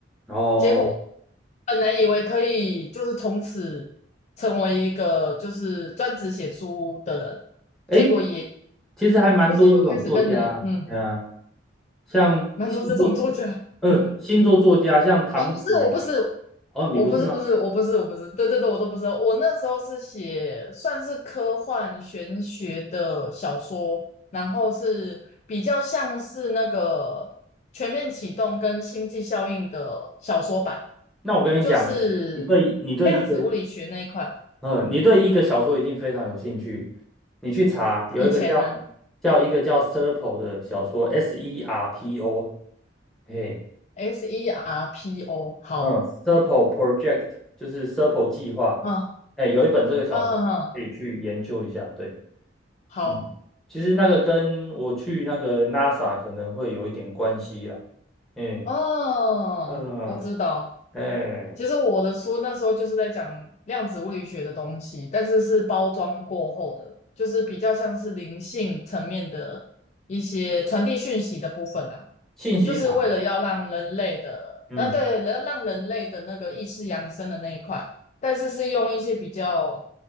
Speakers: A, in the centre; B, on the left.
A: 哦，
B: 结果本来以为可以就是从此成为一个就是专职写书的人，
A: 诶，
B: 结果也
A: 其实还蛮多这种作家，
B: 就是又开始跟你嗯，
A: 对啊，像星座，
B: 蛮多这种作家，
A: 嗯，
B: 嗯，
A: 星座作家像唐启阳，
B: 我不是我不是，
A: 哦，你不是吗？
B: 我不是不是我不是我不是，对对对，我都不是哦。我那时候是写算是科幻玄学的小说，然后是比较像是那个《全面启动》跟《星际效应》的小说版，
A: 那我跟你讲，
B: 就是量子物理学那一块。
A: 你对你对一个，嗯，你对一个小说一定非常有兴趣，你去查有一个叫叫一个叫
B: 以前呢
A: Serpo 的小说，S E R P O，嘿，
B: ，S E R P O，好，
A: 嗯 s e r p e Project 就是 s e r p e 计划，
B: 嗯，
A: 哎，有一本这个小说可以去研究一下。
B: 哼哼哼
A: 对，
B: 好，
A: 嗯，其实那个跟我去那个 NASA 可能会有一点关系啦。嗯
B: 哦，
A: 嗯，
B: 我知道。
A: 哎，
B: 其实我的书那时候就是在讲量子物理学的东西，但是是包装过后的，就是比较像是灵性层面的一些传递讯息的部分啊，
A: 信息场，
B: 就是为了要让人类的，
A: 嗯
B: 呃，对，让让人类的那个意识扬升的那一块，但是是用一些比较